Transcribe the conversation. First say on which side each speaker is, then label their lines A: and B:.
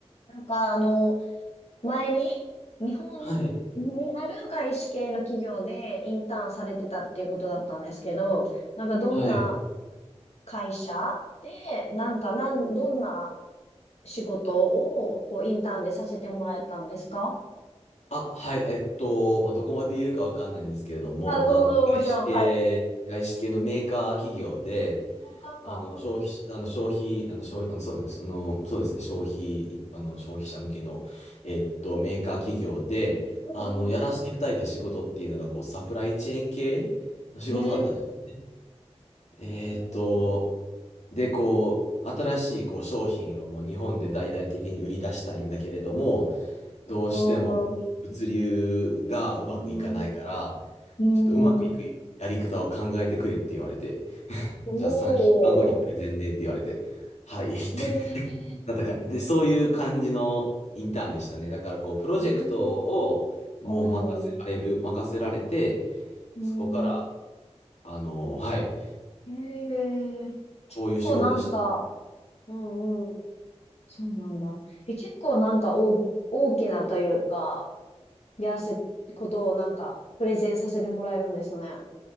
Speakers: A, on the left; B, on the left.
A: なんか、あの、前に日本にある外資系の企業でインターンされてたっていうことだったんですけど、
B: はい。
A: なんかどんな
B: はい。
A: 会社で、なんかなん、どんな仕事をこうインターンでさせてもらえたんですか
B: あ、はい。えっと、まあ、どこまで言えるかわかんないんですけれども、
A: あ、うん、
B: あの、外資系、
A: もちろん、はい。
B: 外資系のメーカー企業で、
A: なんか、
B: あの、消費、あの、消費、あの、消費、あの、そうその、そうですね、消費、一般の消費者向けの、えっと、
A: うん、
B: メーカー企業で、
A: うん、うん、
B: あの、やらせていただいた仕事っていうのが、
A: うん。
B: こう、サプライチェーン系の仕事だったんですよね。
A: うんえー、
B: えっと、
A: うん、
B: で、こう、新しいこう商品をもう日本で大々的に売り出したいんだけれども、どうしても物流がうまくいかないから、
A: うん。うん、うん、
B: ちょっとうまくいくやり方を考えてくれって言われて、
A: うん。おー、
B: じゃあ3週間後にプレゼンねって言われて、はいって
A: へー、
B: <laughs> なったか、で、そういう感じのインターンでしたね。だからこう、プロジェクトをもう任せられる、
A: へー、うん。
B: 任せられて、
A: うん。
B: そこから、あの、はい、
A: へえ。結構なんか、
B: そういう仕事でした。
A: うんうん。そうなんだ。え、結構なんか大、大きなというか、やらせ、ことをなんか、プレゼンさせてもらえるんですね。